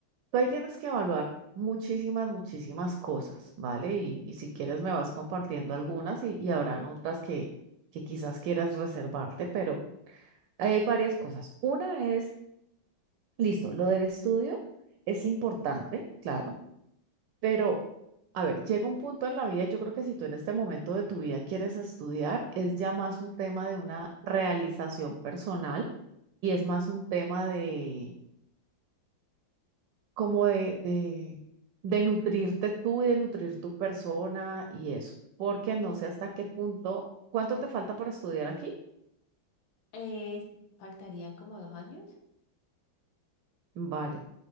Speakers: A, on the right; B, on the left.
A: tú ahí tienes que evaluar muchísimas, muchísimas cosas, ¿vale? Y, y si quieres me vas compartiendo algunas y, y habrán otras que, que quizás quieras reservarte, pero hay varias cosas. Una es, listo, lo del estudio es importante, claro Pero, a ver, llega un punto en la vida, yo creo que si tú en este momento de tu vida quieres estudiar, es ya más un tema de una realización personal y es más un tema de como de, de, de nutrirte tú y de nutrir tu persona y eso, porque no sé hasta qué punto, ¿cuánto te falta para estudiar aquí?
B: Eh, faltaría como dos años
A: Vale.